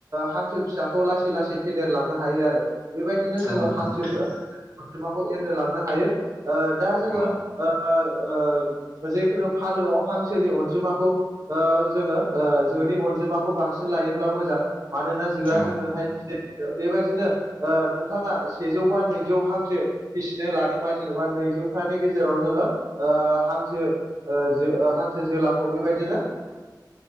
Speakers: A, on the right (about 45°); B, on the left (about 20°).
A: हांसो फिसाखौ लासै लासै फेदेरलांनो हायो आरो। बेबायदिनो जोङो
B: औ नंगौ
A: हांसोखौ।
B: नोंथां
A: माखौ एंनो लांनो हायो दा जोङो
B: औ
A: ओ ओ। जेखुनु फालोआव हांसोनि अनजिमाखौ जोङो जिउनि अनजिमाखौ बांसिन लायोब्ला मोजां मानोना आ
B: औ
A: जोंनोहाय बेबायदिनो नोंथाङा सेजौ बा नैजौ हांसो। फिसिनो लादोंबा जेनेबा नैजौथानि गेजेराव जोङो ओ हां जो ओ हांसो जोलाखौ बेबायदिनो